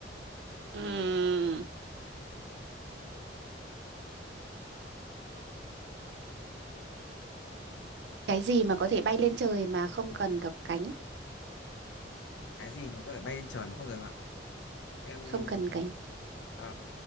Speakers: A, on the right; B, on the left.
A: Ừm, cái gì mà có thể bay lên trời mà không cần gặp cánh
B: cái gì mà có thể bay lên trời mà không cần em
A: không cần cánh
B: ờ,